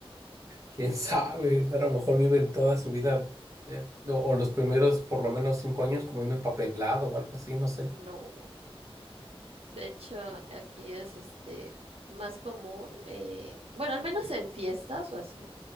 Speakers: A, on the right (about 30°); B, on the right (about 75°).
A: Quién <laughs> sabe, a lo mejor viven toda su vida eh, o o los primeros por lo menos cinco años comiendo empapelado o algo así, no sé.
B: No. De hecho, aquí es este más común, eh, bueno, al menos en fiestas o así,